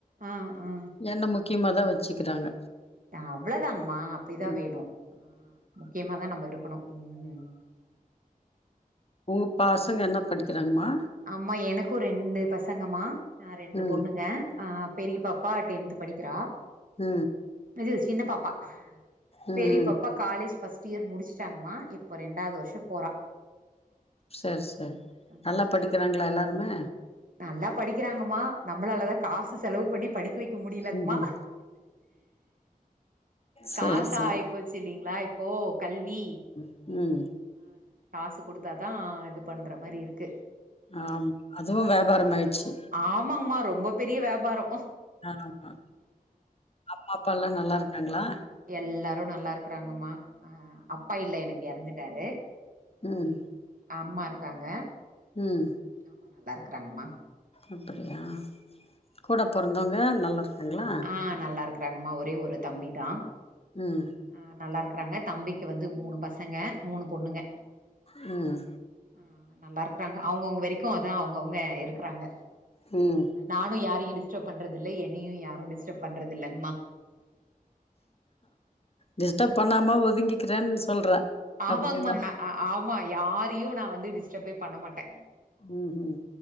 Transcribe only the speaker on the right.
ஆ ஆ
அவ்வளவுதாங்கமா அப்படிதான்
வேணும் முக்கியமாதான் நம்ம இருக்கணும் உம்
அம்மா எனக்கும் ரெண்டு பசங்கமா நா ரெண்டு
பொண்ணுங்க ஆ பெரிய பாப்பா டென்த் படிக்கிறா
இது சின்ன பாப்பா
பெரிய
பாப்பா காலேஜ் பஸ்ட் இயர் முடிச்சிட்டாங்கமா இப்ப ரெண்டாவது வருஷோ போறா
அ
நல்லா படிக்கிறாங்கம்மா நம்மளாலதான் காசு செலவு பண்ணி படிக்க வைக் க்க முடியலங்கமா
காசா
ஆயிப்போச்சு இல்லலைங்களா இப் போ கல்வி
ஆ, காசு குடுத்தாதான் இது பண்ற மாரி இருக்கு
ஆமாங்மா ரொம்ப பெரிய வியாபாரோ
எல்லாரும் நல்லா இருக்குறாங்கம்மா ஆ அப்பா இல்ல எனக்கு இறந்துட்டாரு
அம்மா இருக்காங்க
அம்மா நல்லா இருக்கறாங்கமா
ஆ நல்லா இருக்கறாங்கமா ஒரே ஒரு தம்பி தான்
அ நல்லா இருக்கறாங்க தம்பிக்கு வந்து மூணு பசங்க மூணு பொண்ணுங்க
ம் நல்லா இருக்கறாங்க அவங்கவுங்க வரைக்கும் அதான் அவங்கவுங்க இருக்கிறாங்க
நானு யாரையு டிஸ்டர்ப் பண்றதில்ல என்னையு யாரு டிஸ்டர்ப் பண்றது இல்லங்மா
ஆமாங்மா
ந ஆமா யாரையு நா வந்து டிஸ்டர்பே பண்ண மாட்ட